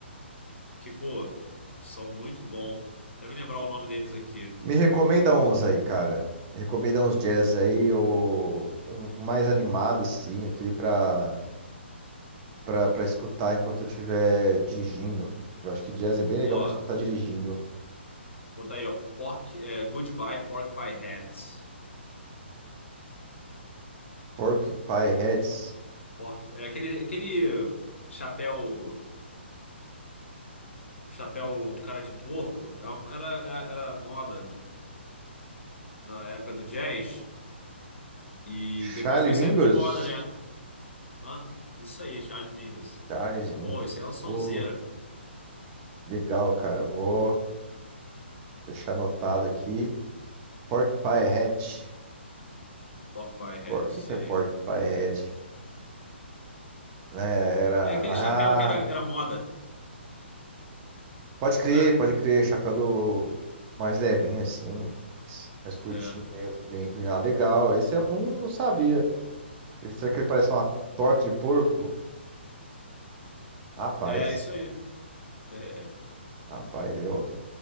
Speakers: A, on the left; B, on the right.
A: que, pô, são muito bons. Até me lembrar o nome deles aqui.
B: Me recomenda uns aí, cara. Me recomenda uns jazz aí, ou um, um mais animado, assim, aquele pra, pra, pra escutar enquanto eu estiver dirigindo. Eu acho que jazz é bem legal
A: Ó,
B: pra escutar dirigindo.
A: botar aí, ó. Pork, é, Goodbye Pork Pie Hat.
B: Porcupine Heads.
A: Pork, é aquele, aquele chapéu, chapéu cara de porco. é uma- Era, era, era moda na época do jazz. E
B: Charlie
A: depois foi
B: Mingus.
A: saindo de moda, né? Hã? Isso aí, Charles Mingus.
B: Charles Mingus.
A: Pô, isso aí é uma sonzeira.
B: Pô, legal, cara. Vou deixar anotado aqui. Porcupine Head.
A: Pork Pie
B: Por
A: Hat,
B: que
A: isso
B: que é
A: aí.
B: Porcupine Head? Né, era.
A: É aquele
B: ah,
A: chapéu que era, era moda,
B: Pode crer,
A: né?
B: pode crer. Chapéu do mais levinho, assim, mais, mais curtinho,
A: É,
B: meio, meio inclinado. Legal. Esse eu não, não sabia. Será que ele parece uma torta de porco? Rapaz,
A: é isso aí. <laughs>
B: rapaz, eu